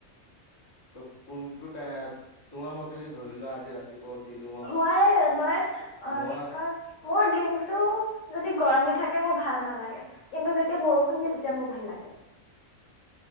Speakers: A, on the left; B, on the left.
A: ত কোনটো টাই তোমাৰ মতে দি ধৰিলোৱা আজি ৰাতি ৰাতিপুৱা উঠিলো
B: মই মই অ
A: মই
B: সেইকাৰ মোৰ দিনটো যদি গৰম দি থাকে মোৰ ভাল নালাগে কিন্তু যেতিয়া বৰষুণ দিয়ে তেতিয়া মোৰ ভাল লাগে